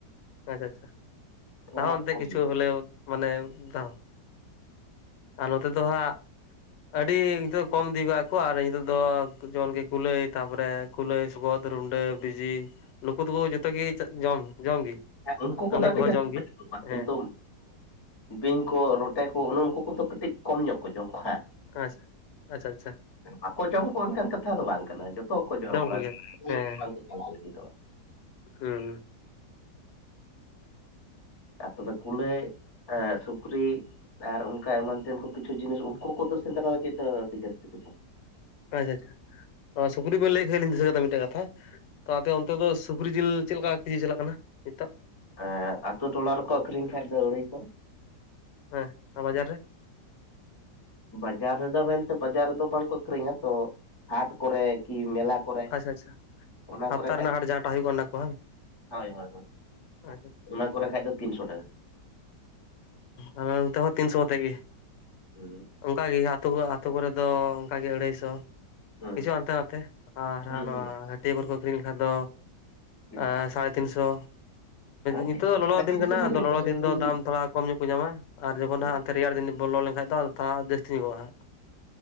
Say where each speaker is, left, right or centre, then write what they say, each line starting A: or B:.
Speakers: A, on the left (about 80°); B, on the left (about 20°).
A: ᱟᱪᱪᱷᱟ ᱟᱪᱪᱷᱟ
B: ᱛᱷᱚᱲᱟ
A: <inaudible> ᱮᱱᱛᱮ ᱦᱚᱸ
B: ᱠᱚᱢ
A: ᱠᱤᱪᱷᱩ
B: ᱧᱚᱜ
A: ᱵᱚᱞᱮ ᱢᱟᱱᱮ ᱫᱟ ᱟᱨ ᱱᱚᱛᱮ ᱫᱚ ᱦᱟᱸᱜ ᱟᱹᱰᱤ ᱱᱤᱛᱚᱜ ᱫᱚ ᱠᱚᱢ ᱤᱫᱤ ᱠᱟᱜᱼᱟ ᱠᱚ ᱟᱨ ᱱᱤᱛᱚᱜ ᱫᱚ ᱡᱮᱢᱚᱱ ᱜᱮᱤ ᱠᱩᱞᱟᱹᱭ ᱛᱟᱯᱚᱨᱮ ᱠᱩᱞᱟᱹᱭ ᱥᱚᱜᱚᱫ ᱨᱩᱱᱰᱟᱹ ᱵᱤᱡᱤ ᱱᱩᱠᱩ ᱫᱚᱠᱚ ᱡᱚᱛᱚᱜ ᱜᱮ ᱡᱚᱢ ᱡᱚᱢ ᱜᱮ
B: ᱦᱮᱸ ᱩᱱᱠᱩ ᱠᱚᱫᱚ
A: ᱟᱞᱮ
B: ᱟᱹᱰᱤ
A: ᱠᱚᱦᱚᱸ
B: ᱜᱮᱟᱹᱥᱛᱤ
A: ᱡᱚᱢ
B: ᱧ
A: ᱜᱮ
B: ᱠᱚᱣᱟ
A: ᱦᱮᱸ
B: ᱠᱤᱱᱛᱩ ᱵᱤᱧ ᱠᱚ ᱨᱚᱴᱮ ᱠᱚ ᱩᱱᱠᱩ ᱠᱚᱫᱚ ᱠᱟᱹᱴᱤᱡ ᱠᱚᱢ ᱧᱚᱜ ᱠᱚ ᱡᱚᱜ ᱠᱚᱣᱟ ᱾
A: ᱟᱪᱪᱷᱟ ᱟᱪᱪᱷᱟ ᱟᱪᱪᱷᱟ
B: ᱵᱟᱠᱚ ᱡᱚᱢ ᱠᱚᱣᱟ ᱚᱱᱠᱟᱱ ᱠᱟᱛᱷᱟ ᱫᱚ ᱵᱟᱝ ᱠᱟᱱᱟ ᱡᱚᱛᱚᱠᱚ ᱡᱚᱢ ᱠᱚᱣᱟ
A: ᱠᱚᱜᱮᱭᱟ ᱦᱮᱸ
B: ᱪᱞ ᱠ ᱫᱚ
A: ᱦᱩᱸ
B: ᱟᱨ ᱛᱚᱵᱮ ᱠᱩᱞᱟᱹᱭ <inaudible> ᱟᱻ ᱥᱩᱠᱨᱤ ᱟᱨ ᱚᱱᱠᱟ ᱮᱢᱟᱱ ᱛᱮᱱ ᱠᱚ ᱠᱤᱪᱷᱩ ᱡᱤᱱᱤᱥ ᱩᱱᱠᱩ ᱠᱚᱫᱚ ᱥᱮᱸᱫᱽᱨᱟ ᱞᱟᱹᱜᱤᱫ ᱫᱚ ᱟᱹᱰᱤ ᱡᱟᱹᱥᱛᱤ ᱠᱚ ᱪᱟᱞᱟᱜᱼᱟ᱾
A: ᱟᱪᱪᱷᱟ ᱟᱪᱪᱷᱟ <inaudible> ᱥᱩᱠᱨᱤ ᱵᱮᱱ ᱞᱟᱹᱭ ᱠᱷᱟᱱ <unintelligible> ᱫᱤᱥᱟᱹᱛ ᱢᱤᱫᱴᱟᱝ ᱠᱟᱛᱷᱟ ᱛᱚ ᱟᱯᱮ ᱚᱱᱛᱮ ᱫᱚ ᱥᱩᱠᱨᱤ ᱡᱤᱞ ᱪᱮᱫ ᱞᱮᱠᱟ ᱠᱮᱡᱤ ᱪᱟᱞᱟᱜ ᱠᱟᱱᱟ ᱱᱤᱛᱚᱜ?
B: ᱮ ᱟᱛᱚ ᱴᱚᱞᱟ ᱨᱮᱠᱚ ᱟᱹᱷᱨᱤᱧ ᱠᱷᱟᱡ ᱫᱚ ᱟᱹᱲᱤ ᱥᱚ
A: ᱦᱮᱸ ᱵᱟᱡᱟᱨ ᱨᱮ
B: ᱵᱟᱡᱟᱨ ᱨᱮᱫᱚ ᱢᱮᱱᱛᱮ ᱵᱟᱡᱟᱨ ᱨᱮᱫᱚ ᱵᱟᱝᱠᱚ ᱟᱹᱠᱷᱨᱤᱧᱟ ᱛᱚ ᱦᱟᱴ ᱠᱚᱨᱮ ᱠᱤ ᱢᱮᱞᱟ ᱠᱚᱨᱮ
A: ᱟᱪᱪᱷᱟ ᱟᱪᱪᱷᱟ
B: <inaudible> ᱚᱱᱟ
A: ᱦᱟᱯᱛᱟ
B: ᱠᱚᱨᱮ ᱠᱷᱟᱱ
A: ᱨᱮᱱᱟᱜ
B: <unintelligible>
A: ᱦᱟᱴ ᱡᱟᱦᱟᱸᱴᱟᱜ ᱦᱩᱭᱩᱜ ᱠᱟᱱᱟ ᱚᱱᱟ ᱠᱚ ᱵᱟᱝ
B: ᱦᱳᱭ ᱦᱳᱭᱭ
A: ᱟᱪᱪᱷᱟ
B: ᱚᱱᱟ ᱠᱚᱨᱮ ᱠᱷᱟᱱ ᱫᱚ ᱛᱤᱱᱥᱚ ᱴᱟᱠᱟ
A: ᱚ ᱟᱯᱮ ᱚᱱᱛᱮ ᱦᱚᱸ ᱛᱤᱱᱥᱚ ᱟᱛᱮ ᱜᱮ᱾
B: ᱦᱩᱸ
A: ᱚᱱᱠᱟᱜᱮ ᱟᱹᱛᱩ ᱠᱚ ᱟᱹᱛᱩ ᱠᱚᱨᱮᱫᱚ ᱚᱱᱠᱟᱜᱮ ᱟᱹᱲᱦᱟᱹᱭ ᱥᱚ
B: ᱦᱩᱸ
A: ᱠᱤᱪᱷᱩ ᱦᱟᱱᱛᱮ ᱱᱟᱛᱮ ᱟᱨ
B: ᱦᱩᱸ
A: ᱱᱚᱣᱟ
B: ᱦᱩᱸ
A: ᱦᱟᱹᱴᱭᱟᱹ ᱠᱚᱨᱮ ᱠᱚ ᱟᱹᱠᱷᱨᱤᱧ ᱞᱮᱠᱷᱟᱱ ᱫᱚ
B: ᱛᱤᱱᱥᱚ
A: ᱮ ᱥᱟᱲᱮ ᱛᱤᱱᱥᱚ
B: ᱦᱮᱸ
A: ᱱᱤᱛᱚᱜ
B: ᱛᱤᱱᱥᱚ
A: ᱫᱚ ᱞᱚᱞᱚ
B: ᱥᱟᱲᱮ
A: ᱫᱤᱱ
B: ᱛᱤᱱᱥᱚ
A: ᱠᱟᱱᱟ
B: ᱢᱟᱱᱮ
A: ᱟᱫᱚ ᱞᱚᱞᱚ
B: ᱡᱟᱦᱟᱸ
A: ᱫᱤᱱ
B: ᱛᱤᱱ
A: ᱫᱚ ᱫᱟᱢ ᱛᱷᱚᱲᱟ ᱠᱚᱢ ᱧᱚᱜ ᱠᱚ ᱧᱟᱢᱟ ᱟᱨ ᱡᱚᱠᱷᱚᱱ
B: ᱦᱩᱸ
A: ᱦᱟᱸ ᱦᱟᱛᱮ ᱨᱮᱭᱟᱲ ᱫᱤᱱ ᱵᱚᱞᱚ ᱞᱮᱱᱠᱷᱟᱱ ᱫᱚ ᱟᱫᱚ ᱛᱟ ᱡᱟᱹᱥᱛᱤ ᱧᱚᱜᱼᱟ ᱦᱟᱜ